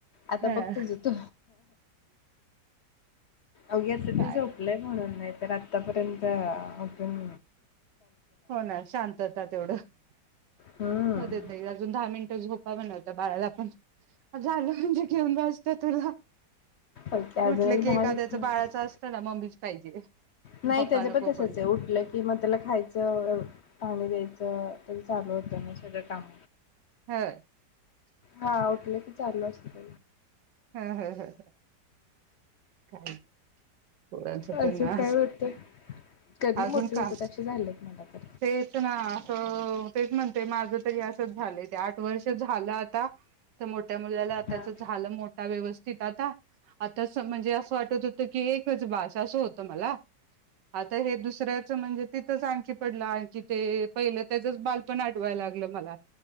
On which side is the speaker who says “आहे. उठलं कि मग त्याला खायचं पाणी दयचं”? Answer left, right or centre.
Left